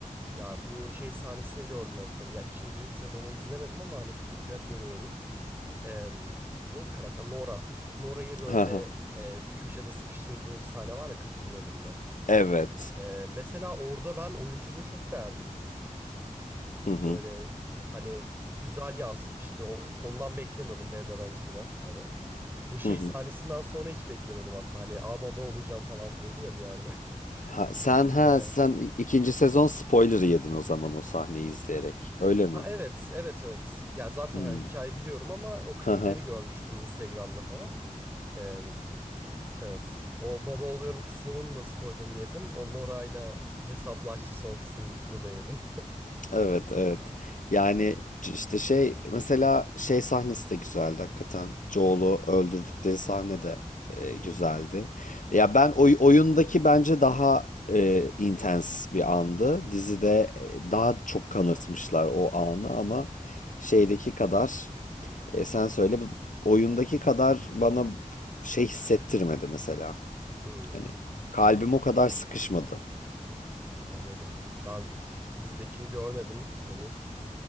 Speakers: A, on the right; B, on the left.
A: Ya bu şey sahnesini gördüm en son. Ya ikinci sezonu izlemedim ama hani klipler görüyorum. Em, neydi karakter? Nora. Nora'yı böyle
B: <laughs>
A: e, köşede sıkıştırdığı bir sahne var ya kapının önünde.
B: Evet.
A: E, mesela orada ben oyunculuğu çok beğendim.
B: Hı
A: Böyle
B: hı.
A: hani güzel yansıtmıştı. O, ondan beklemiyordum Bella Ramsey'den hani. Bu şey
B: Hı hı.
A: sahnesinden sonra hiç beklemiyordum hatta. Hani a baba olacağım falan diyordu ya bir yerde.
B: Ha, sen
A: <laughs> Yine.
B: ha sen i- ikinci sezon spoiler'ı yedin o zaman o sahneyi izleyerek. Öyle mi?
A: Ha evet, evet evet. Ya zaten
B: Hmm.
A: hani hikayeyi biliyorum ama o klipleri
B: <laughs>
A: görmüştüm Instagram'da falan. Ee, evet. O baba oluyorum kısmının da spoilerını yedim. O Nora'yla hesaplaştı son kısmını da yedim.
B: Evet evet. Yani c- işte şey mesela şey sahnesi de güzeldi hakikaten. Joel'u öldürdükleri sahne de e,
A: Hı hı.
B: güzeldi. Ya ben oy- oyundaki bence daha e, intens bir andı. Dizide e, daha çok kanırtmışlar o anı ama şeydeki kadar e, sen söyle bu oyundaki kadar bana şey hissettirmedi mesela.
A: Hmm,
B: Hani kalbim o kadar sıkışmadı.
A: anladım. Ben dizidekini görmedim henüz.